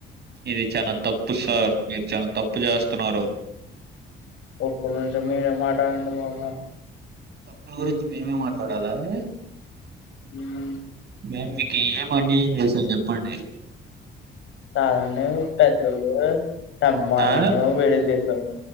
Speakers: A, on the right; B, on the left.
A: ఇది చాన తప్పు సార్ మీరు చానా తప్పు చేస్తున్నారు
B: ఒక్క నిమిషం మీరు మాటఅండి బాబు <unintelligible>
A: తప్పుల గురించి మేమే మాట్లాడాలా హే
B: ఉమ్
A: మేమ్ మీకు ఏం అన్యాయం చేసాం చెప్పండి
B: చాలండి పెద్దోళ్ళు <inaudible> చెమ్బయను
A: ఆ!
B: విడిది <unintelligible> సమ్